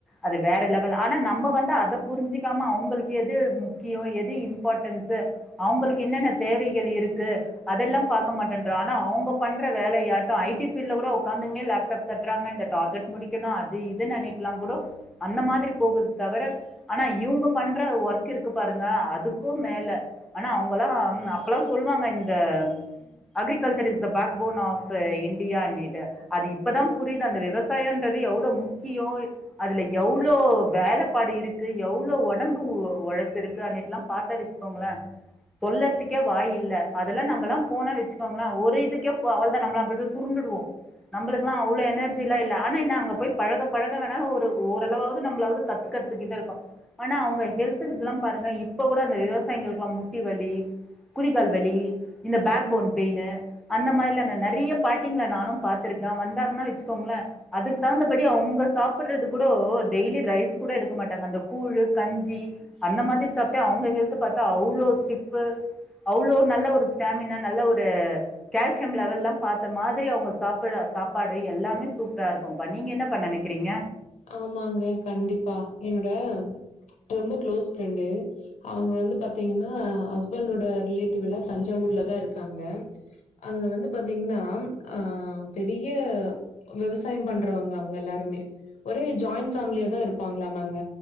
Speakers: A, in the centre; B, on the left.
A: அது வேற லெவல் ஆனா நம்ம வந்து அத புரிஞ்சுக்காம அவுங்களுக்கு எது முக்கியோ எது இம்பார்ட்டன்ஸு அவுங்களுக்கு என்னென்ன தேவைகள் இருக்கு அதெல்லா பாக் க மாட்டேன்றோ அவுங்க பண்ற வேலையாட்டோ ஐ டி ஃபீல்ட்ல கூட ஒக்காந்துக்கினே லேப்டப் தட்றாங்க இந்த டார்கெட் முடிக் கணு அது இதுனு நெனக்கலா கூடோ அந்த மாதிரி போகுது தவர ஆனா இவுங்க பண்ற ஒர்க் இருக்கு பாருங்க அதுக்கும் மேல ஆனா அவுங்கள்லா அப்பல்லா சொல்லுவாங்க இந்த agriculture is the backbone of இந்தியான்னிட்டு அது இப்பதா புரியுது அந்த விவசாயன்றது எவ்ளோ முக்கியோ அதுல எவ்ளோ வேலப்பாடு இருக்கு எவ்ளோ ஒடம்பு ஒழப்பு இருக்குனுட்டுல்லா பாத்தன்னு வச்சுக் கோங்கள சொல்லறதுக்கே வாய் இல்ல அதெல்லா நம்மளா போனா வச்சுப் பாங்களா ஒரு இதுக்கே பல அவ்ளோ தா நம்பளா அப்டியே சுருண்டுடுவோ நம்பளுக்கெல்லா அவ்ளோ எனர்ஜிலா இல்ல ஆனா என்ன அங்க போய் பழக பழக வேணாலு ஒரு ஓரளவாவுது நம்பளாவது கத்துக்கறத் துக்கே இருக்கோ ஆனா அவுங்க ஹெல்த்து கிதுல்லா பாருங்க இப்ப கூட அந்த விவசாயிங்களுக்குல்லா முட்டி வலி குதி கால் வலி இந்த பேக் போன் பெயினு அந்த மாரில்லால்ல நெறைய பாட்டிங்கள நானு பாத்துருக்க வந்தாங்கன்னா வச்சுக்கோங்கள அதுக்கு தகுந்தபடி அவுங்க சாப்புறது கூடோ டெய்லி ரைஸ் கூட எடுக்க மாட்டாங்க அந்த கூழு கஞ்சி அந்த மாதி சாப்ட்டே அவுங்க ஹெல்த்து பாத்தா அவ்ளோ சிப்பு அவ்ளோ நல்ல ஒரு ஸ்டாமினா நல்ல ஒரு கேல்சியம் லெவல்லா பாத்த மாதிரி அவுங்க சாப்பிட சாப்பா டு எல்லாமே சூப்பரா இருக்கும்பா நீங்க என்னப்பா நெனக்கிறீங்க
B: ஆமாங்க கண்டிப்பா என்னோட ரொம்ப க்ளோஸ் ஃப்ரெண்டு அவுங்க வந்து பாத்தீங்கனா ஹஸ்பண்டோட ரிலேட்டிவ் எல்லா தஞ்சாவூர்லதா இருக்காங்க அங்க வந்து பாத்தீங்கன்னா ஆ பெரிய விவசாயம் பண்றவங்க அவுங்க எல்லாருமே ஒரே ஜாயிண்ட் ஃபேமிலியா தா இருப்பாங்களாமாங்க